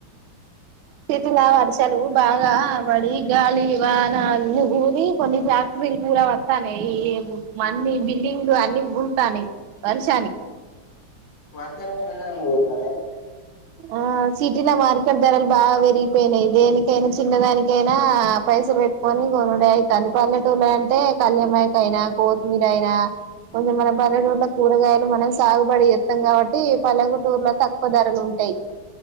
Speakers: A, on the right; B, on the left.
A: సిటీ లా వర్షాలు బాగా వడి గాలి వాన అన్ని గులీ కొన్ని ఫ్యాక్టరీలు కూళవాడ్ వడతనాయి ఈ మన్ని బిల్డింగ్లు అన్ని ఊతాన్నాయి వర్షానికి
B: వర్తనం బిలూలు ఊగుతానాయి
A: ఆ సిటీల మార్కెట్ ధరలు బాగా వేరిగిపోయినాయి దేనికైనా చిన్న దానికైనా పైసల్ పెట్ కొని కొనుడు అయితంది పల్లెటూర్లో అంటే కల్యామాయక్ అయినా కోతిమీరైయినా కొంచెం మన పల్లెటూరులో కూరగాయలు మనం సాగుబడి జేత్తాం గాబట్టి పల్లగాటూర్ల తక్కువ ధరలు ఉంట ఎయి